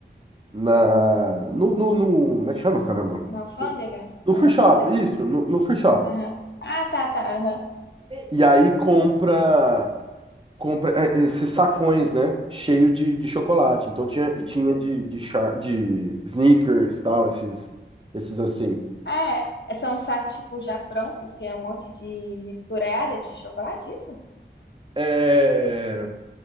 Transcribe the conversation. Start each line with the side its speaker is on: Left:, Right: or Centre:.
Right: na, no, no, no- como é que chama, caramba?
Left: Na alfândega?
Right: No, no
Left: A-
Right: free shop,
Left: Alfândega?
Right: isso, no, no free shop.
Left: Aham. Ah, tá, tá, aham.
Right: E aí compra, compra é, esses sacões, né? Cheio de, de chocolate. Então tinha,
Left: Hum.
Right: tinha de, de, char- de sneakers, tal, esses, esses assim.
Left: Ah, é, são sacos, tipo, já prontos, que é um monte de misturada de chocolate, isso?
Right: É...